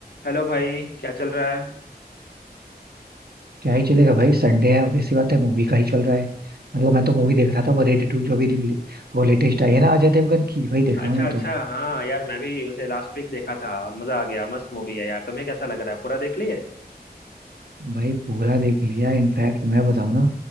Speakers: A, on the left; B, on the right.
A: हेलो भाई क्या चल रहा है
B: क्या ही चलेगा भाई संडे है obvious सी बात है मूवी का ही चल रहा है मतलब मैं तो मूवी देख रहा था वो रेड टू जो भी रिली- वो लेटेस्ट आई है ना अजय देवगन की वही देख
A: अच्छा
B: रहा हूँ मैं
A: अच्छा
B: तो
A: हाँ यार मैं भी उसे लास्ट वीक देखा था मजा आ गया मस्त मूवी है यार तुम्हें कैसा लग रहा है पूरा देख लिए
B: भाई पूरा देख लिया इनफैक्ट मैं बताऊँ ना